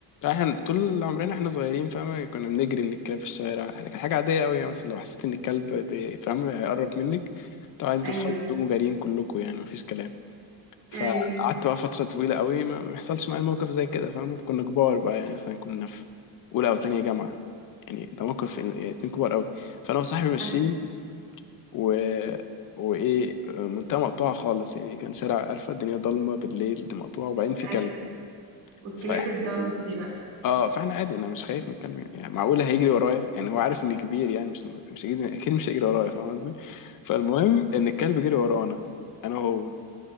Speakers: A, on the left; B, on the right.
A: احنا طول عمرنا احنا صغيرين فاهمة كنا بنجري من الكلاب في الشارع كانت حاجة عادية قوي يعني مثلا لو حسيت ان الكلب بي- فاهم هيقرب منك طبعا انتوا
B: ايوه
A: صحابك بتقوموا جاريين كلكم يعني مفيش كلام فقعدت
B: ايوه
A: بقى فترة طويلة قوي ما بيحصلش معايا موقف زي كده فاهم كنا كبار بقى يعني مثلا كنا في أولى أو تانية جامعة يعني ده موقف إن- اتنين كبار قوي فأنا وصاحبي ماشيين
B: حد
A: و... وإيه منتهى مقطوعة خالص يعني كان شارع قرفة الدنيا ضلمة بالليل دي مقطوعة وبعدين في كلب
B: ايوه والكلاب
A: فإحنا
B: الضالة دي بقى
A: اه فاحنا عادي انا مش خايف من الكلب يعني, يعني معقول هيجري ورايا يعني هو عارف اني كبير يعني مش مش هيجري اكيد مش هيجري ورايا فاهم قصدي فالمهم ان الكلب جري ورانا انا وهو